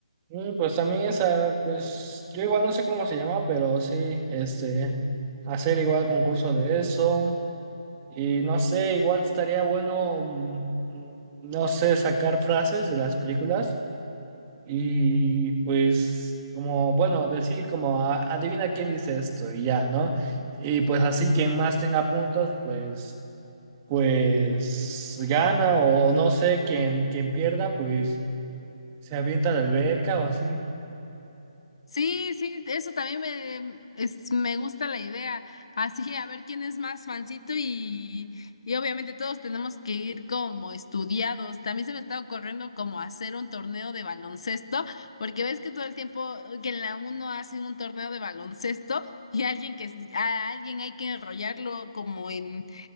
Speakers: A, on the right (about 15°); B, on the left (about 50°).
A: Mm, Pues también esa, pues yo igual no sé cómo se llama, pero sí, este, hacer igual concurso de eso. Y no sé, igual estaría bueno, mm, mm, no sé, sacar frases de las películas Y pues, como, bueno, decir como, "A- adivina quién dice esto y ya, ¿no? Y pues así quien más tenga puntos, pues, pues gana o, o no sé, quien, quien pierda, pues se avienta a la alberca o así.
B: Sí, sí, eso también me, mm, es- me gusta la idea. Así, a ver quién es más fancito y, y obviamente todos tenemos que ir como estudiados. También se me está ocurriendo como hacer un torneo de baloncesto, porque ves que todo el tiempo que en la uno hacen un torneo de baloncesto y alguien que s- a alguien hay que enrollarlo como en,